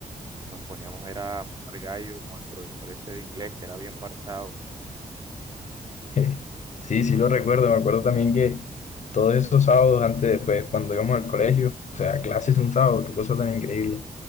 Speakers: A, on the right; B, on the left.
A: nos poníamos era a mamar gallo con el profesor ese de inglés que era bien parchado.
B: <laughs> Sí, sí lo recuerdo, me acuerdo también que todos esos sábados antes, pues cuando íbamos al colegio, o sea, clases un sábado, qué cosa tan increíble.